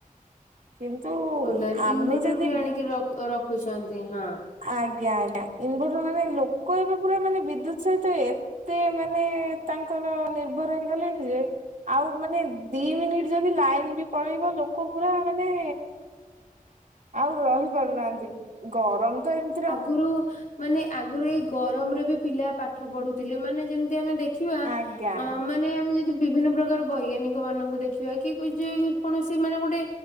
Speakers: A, on the right; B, on the left.
A: କିନ୍ତୁ
B: ସୋଲାର
A: ଆମେ
B: ଇନଭଟର
A: ଯଦି
B: ବି ଆଣିକି ରଖୁଛନ୍ତି ହଁ।
A: ଆଜ୍ଞା ଆଜ୍ଞା ଇନଭଟର ମାନେ ଲୋକ ଏବେ ପୁରା ମାନେ ବିଦ୍ୟୁତ ସହିତ ଏ ଏତେ ମାନେ ତାଙ୍କର ନିର୍ଭର ହେଇଗଲେଣି ଯେ ଆଉ ମାନେ ଦି ମିନିଟ ଯଦି ଲାଇନ ବି ପଳେଇବ ଲୋକ ପୁରା ମାନେ ଆଉ ରହିପାରୁନାହାନ୍ତି ଗରମ ତ ଏମିତି
B: ଆଗରୁ ମାନେ ଆଗରୁ ଏଇ ଗରମରେ ବି ପିଲା ପାଠ ପଢୁଥିଲେ ମାନେ ଯେମିତି ଆମେ ଦେଖିବା
A: ଆଜ୍ଞା
B: ଅ ମାନେ ଆମେ ଯଦି ବିଭିନ୍ନ ପ୍ରକାର ବୈଜ୍ଞାନିକ ମାନଙ୍କୁ ଦେଖିବା କି ଯେ କୌଣସି ମାନେ ଗୋଟେ